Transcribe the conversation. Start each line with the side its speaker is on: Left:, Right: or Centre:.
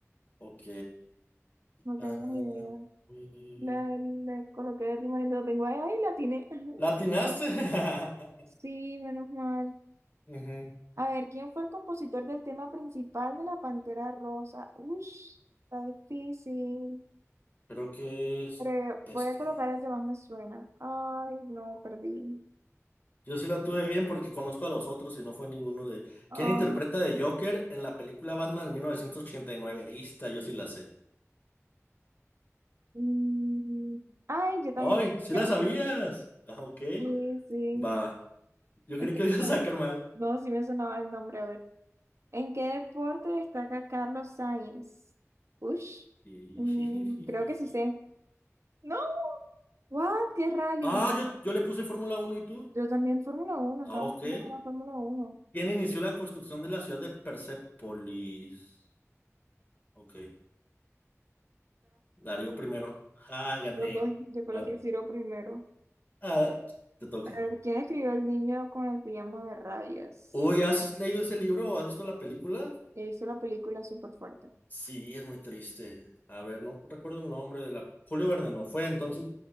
Left: Ok.
Right: No tengo
Left: ah,
Right: ni idea.
Left: eh,
Right: La, la coloqué de timón y lo tengo ahí, ahí la tiene. <laughs>
Left: ¿Latinaste? <laughs>
Right: Sí, menos mal.
Left: Ujú,
Right: A ver, ¿quién fue el compositor del tema principal de La Pantera Rosa? Ush, está difícil.
Left: Creo que es
Right: Creo-
Left: este.
Right: voy a colocar el que más me suena. Ay, no, perdí.
Left: Yo sí la tuve bien porque conozco a los otros y no fue ninguno de ellos.
Right: Ah,
Left: ¿Quién interpreta de Joker en la película Batman del 1989? Ahí está, yo sí la sé.
Right: mm, ay, yo también.
Left: ¡Ay! ¡Sí
Right: Ya.
Left: la sabías! Ah, ok.
Right: Sí, sí.
Left: Va. Yo
Right: Es
Left: creí
Right: que-
Left: que lo iba a
Right: como-
Left: sacar mal.
Right: No, sí me sonaba el nombre. A ver. ¿En qué deporte destaca Carlos Sainz? Ush.
Left: Jijijijiji.
Right: Mm, creo que sí sé.
Left: <laughs>
Right: No, what? ¿Qué rally?
Left: Ah, yo, yo le puse Fórmula uno y tú.
Right: Yo también Fórmula uno.
Left: Ah,
Right: estaba
Left: ok.
Right: haciendo con la Fórmula uno. O
Left: ¿Quién inició la construcción de la ciudad de Persépolis? Ok. Darío primero. Ah, gané.
Right: yo creo, yo creo
Left: Ah,
Right: que Ciro primero.
Left: ah, te toca.
Right: A ver, ¿quién escribió el niño con el pijama de rayas?
Left: Uy, ¿has leído ese libro o has visto la película?
Right: He visto la película súper fuerte.
Left: Sí, es muy triste. A ver, no recuerdo el nombre de la. Julio Verne no fue, entonces.